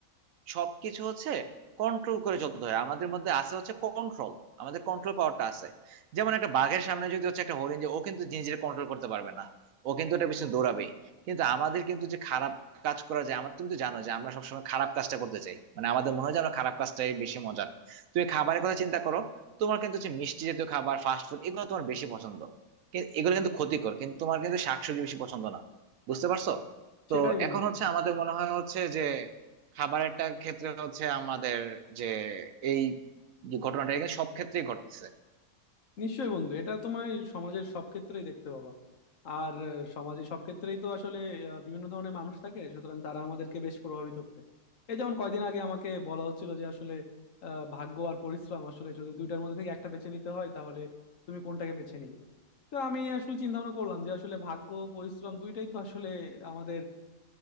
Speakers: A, on the right; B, on the left.
A: সবকিছু হচ্ছে কন্ট্রোল করে চলতে হয় আমাদের মধ্যে আছে হচ্ছে কন্ট্রোল আমাদের কন্ট্রোল পাওয়ারটা আছে যেমন একটা বাঘের সামনে যদি হচ্ছে একটা হরিণ যে ও কিন্তু নিজের কন্ট্রোল করতে পারবে না ও কিন্তু ওটা পিছনে দৌড়াবেই কিন্তু আমাদের কিন্তু যে খারাপ কাজ করা যায় আমার তুমি তো জানো যে আমরা সবসময় খারাপ কাজটা করতে চাই মানে আমাদের মনে হয় যে আমরা খারাপ কাজটাই বেশি মজার তুমি খাবারের কথা চিন্তা করো তোমার কিন্তু হচ্ছে মিষ্টি জাতীয় খাবার ফাস্ট ফুড এগুলো তোমার বেশি পছন্দ কি- এগুলো কিন্তু ক্ষতিকর কিন্তু তোমার কিন্তু শাকসবজি বেশি পছন্দ না বুঝতে পারছো
B: সেটাই
A: তো
B: বন্ধু
A: এখন হচ্ছে আমাদের মনে হয় হচ্ছে যে খাবারেরটা ক্ষেত্রে হচ্ছে আমাদের যে এই যে ঘটনাটা এখানে সব ক্ষেত্রেই ঘটতেছে
B: নিশ্চয়ই বন্ধু এটা তোমার সমাজের সব ক্ষেত্রেই দেখতে পাবা আর আহ, সমাজে সব ক্ষেত্রেই তো আসলে আহ, বিভিন্ন ধরনের মানুষ থাকে সুতরাং তারা আমাদেরকে বেশ প্রভাবিত করে এই যেমন কয়দিন আগে আমাকে বলা হচ্ছিল যে আসলে আহ, ভাগ্য আর পরিশ্রম আসলে যদি দুইটার মধ্যে থেকে একটা বেছে নিতে হয় তাহলে তুমি কোনটাকে বেছে নিবে তো আমি আসলে চিন্তা ভাবনা করলাম যে আসলে ভাগ্য পরিশ্রম দুইটাই তো আসলে আমাদের